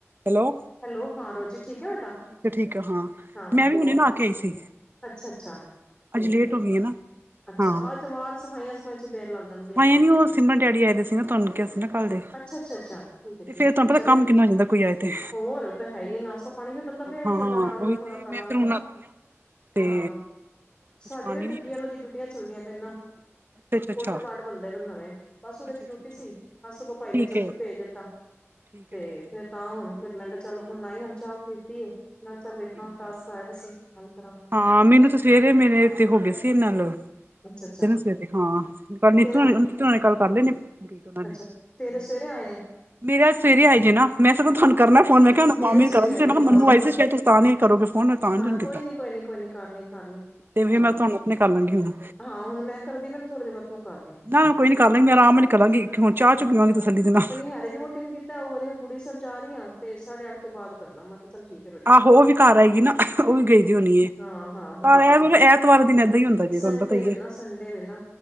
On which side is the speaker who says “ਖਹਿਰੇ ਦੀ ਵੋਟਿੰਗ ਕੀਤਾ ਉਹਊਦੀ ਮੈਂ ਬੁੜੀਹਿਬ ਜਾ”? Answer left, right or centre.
Left